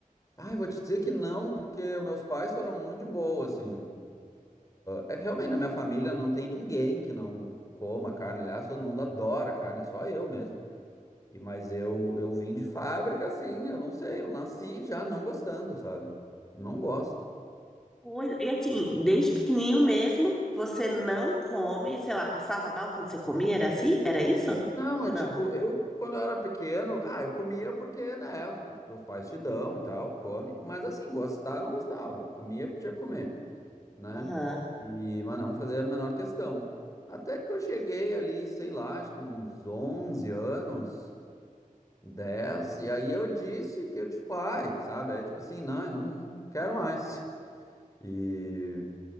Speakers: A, on the left (about 25°); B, in the centre.
A: Ai, vou te dizer que não, porque meus pais foram muito de boa, assim. É que realmente na minha família não tem ninguém que não coma carne. Aliás, todo mundo adora carne, é só eu mesmo. E mas eu eu vim de fábrica assim, eu não sei, eu nasci já não gostando, sabe? Não gosto.
B: coisa. E assim, desde pequenininho mesmo, você não come, sei lá, passava mal quando você comia, era assim? Era isso?
A: Não,
B: Ou
A: é
B: não?
A: tipo, eu, quando eu era pequeno, ah, eu comia porque, né, os teus pais te dão e tal, tu come, mas assim, gostar eu não gostava, comia porque tinha que comer, né,
B: Aham.
A: e, mas não fazia a menor questão. Até que eu cheguei ali, sei lá, acho que uns 11 anos, 10 e aí eu disse que eu, tipo, ai, sabe, aí tipo assim, não, eu não quero mais. <laughs> E